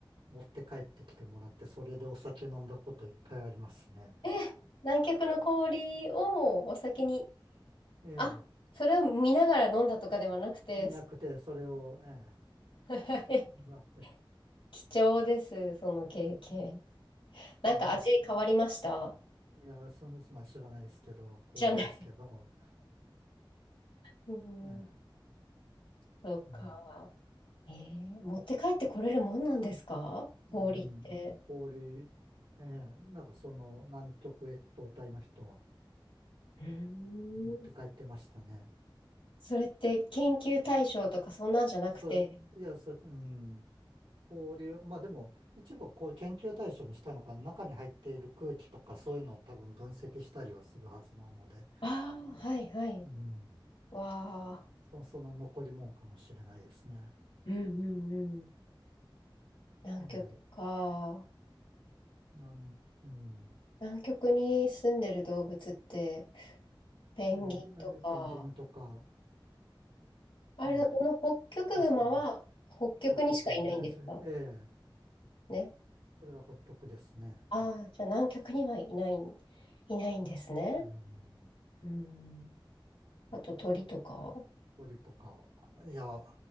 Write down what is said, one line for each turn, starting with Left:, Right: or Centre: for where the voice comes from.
Right: 持って帰ってきてもらって、それでお酒飲んだこと一回ありますね。
Left: え、南極の氷をお酒に
Right: ええ、
Left: あ、それを見ながら飲んだとかではなくて、
Right: なくて、
Left: そ
Right: それを、ええ、
Left: <laughs>
Right: 割って、
Left: 貴重です、その経験。なんか味変わりました
Right: いやいや、そうですの人は知らないですけど、氷ですけど、
Left: じゃない。うん、
Right: ええ、
Left: そうか。
Right: うん、
Left: えー持って帰ってこれるもんなんですか氷って。
Right: うん、氷、ええ、なんかその南極越冬隊の人は
Left: うーん。
Right: 持って帰ってましたね。
Left: それって研究対象とかそんなんじゃなくて。
Right: そう、いや、そう、うん、氷、まあでも、一部こう研究対象にしたのか、中に入っている空気とかそういうのを多分分析したりはするはずなので、
Left: ああ、はいはい。
Right: うん、
Left: わあ。
Right: そ、その残りもんかもしれないですね。
Left: うんうんうん。南極か。
Right: ええ、なん、うん、
Left: 南極に住んでる動物って、ペンギンとか、
Right: ええ、なんかペンギンとか、
Left: あれ、
Right: うん。
Left: この北極熊は北極にしかいないんですか
Right: ですかね。ホットク、ええ、ええ
Left: ね。
Right: それはホットクですね。
Left: ああ、じゃあ南極にはいない、いないんですね。
Right: うん、
Left: うん。あと鳥とか。
Right: 鳥とか、いや、